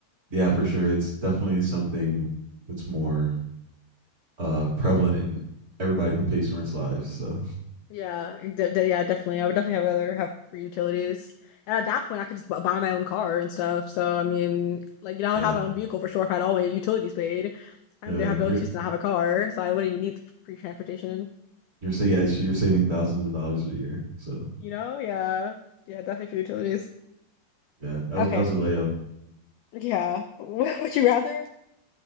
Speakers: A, on the right; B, on the left.
A: yeah, for sure. It's definitely something that's more uh prevalent in everybody who pays rent's lives. So
B: Yeah, de de- yeah, definitely. I would definitely have rather have free utilities. And at that point, I could just bu- buy my own car and stuff. So I mean, like you know, I
A: yeah,
B: would have my own vehicle for sure if I had all my utilities paid. I
A: yeah.
B: would have no
A: You're
B: excuse to not have a car, so I wouldn't even need free transportation.
A: you're saying yeah, so you're saving thousands of dollars a year. So
B: You know? Yeah, yeah, definitely for utilities.
A: yeah, that
B: Okay,
A: was that was a layup.
B: yeah. <laughs> Would you rather